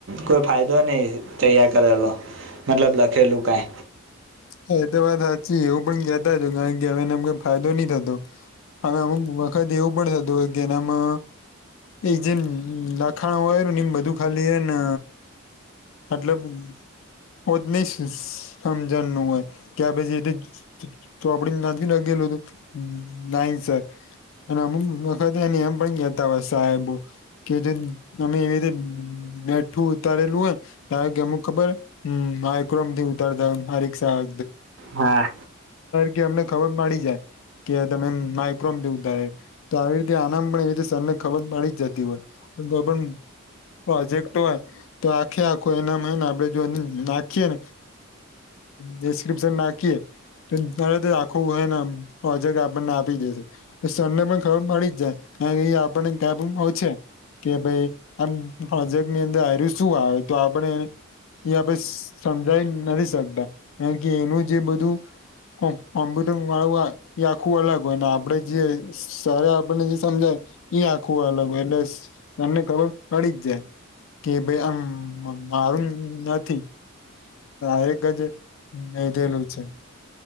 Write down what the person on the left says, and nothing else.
હ એ તો વાત સાચી એવું પણ કહેતા હતા કારણ કે એવું કહેવામાં ફાયદો નહી થતો હવે અમુક વખત એવું પણ થતું હોય કેનામાં એ જેમ લાખાણો હોય ને એમ બધું ખાલી ને મતલબ કો જ નહી સમજણ ન હોય કે આ પછી તો આપડ નથી લગેલું હતું ના સર અને અમુક વખતે એ એમ પણ ગતા હોય સાહેબો કે જે અમે એવી રીતે બેઠું ઉતારેલું હોય તાર કે અમુક ખબર હમ <unintelligible> ક્રોમથી ઉતારતા મા ખ સર
કે <unintelligible> અમને ખબર મળડી જાય કે તમે માઇક્રોમ <unintelligible> તારે તો આવી રીતે આનામ પણ એવી રતે સરને ખબર પડી જ જતી હોય કોઈ પણ હજક્ટું હ તો આખે આખો એનામ હ ને આપડે જો નાખીએે ને ડસ્ક્રિપ્શન નાખીએ તોરે આખવું હોય નેજ આપણને આપી દેશે સને પણ ખબર મળી જ જાય આપણને કબ આવ છે કે ભાઈ આમ પ્રોજેક્ટની અંદર આવ્યું શું આવે તો આપડે એ આપણે સમજાઈ નથી શકતા કારણ કે એનું જે બધું <unintelligible> એ આખું અલગ હોય આપડે જે સર આપણને જે સમજાય ઈ આખું અલગ એટલે તમને ખબર પડી જ જાય કે ભાઈ આમ મારું નથી દરેક જ હ એધેલું છે.